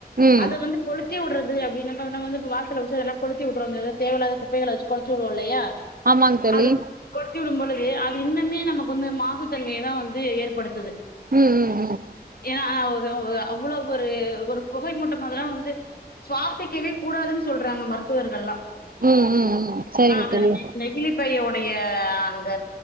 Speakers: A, on the right; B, on the left.
A: ம்
B: அத வந்து கொளுத்தி உட்றது அப்டீ நம்ப ந வந்து இப்ப வாசல வச்சு அதெல்லா கொளுத்தி விட்றோ அந்தத தேவையில்லாத குப்பைகள வச்சி கொளுத்தி விட்றோல்லையா
A: ஆமாங்க தோழி
B: அது கொளுத்தி விடும் பொழுது அது இன்னுமே நமக்கு வந்து மாசு தன்மையதா வந்து ஏற்படுத்துது
A: ம் ம் ம்
B: ஏனா அவ் தோவு அவ்வளவ் ஒரு ஒரு பொகை மூட்டமால்லா வந்து சுவாசிக்கவே கூடாதுன் சொல்றாங்க மரு த்துவர்கள்லா
A: ம் ம் ம் சரிங்க
B: ஆ அத
A: தோழி
B: நேத்து நை பையோடையே அந்த